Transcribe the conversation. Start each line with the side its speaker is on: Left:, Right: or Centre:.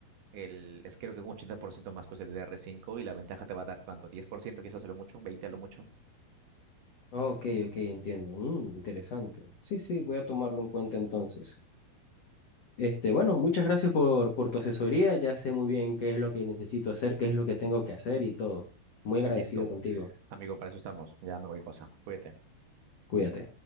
Right: El, es creo que un 80% más cuesta el dr cinco y la ventaja te va a dar cuánto, 10% quizás a lo mucho, 20 a lo mucho.
Left: Ok, ok, entiendo. Mm, interesante. Sí, sí, voy a tomarlo en cuenta entonces. Este, bueno, muchas gracias por, por tu asesoría. Ya sé muy bien qué es lo que necesito hacer, qué es lo que tengo que hacer y todo. Muy agradecido
Right: Listo,
Left: contigo.
Right: amigo, para eso estamos. Ya me voy cosa. Cuídate.
Left: Cuídate.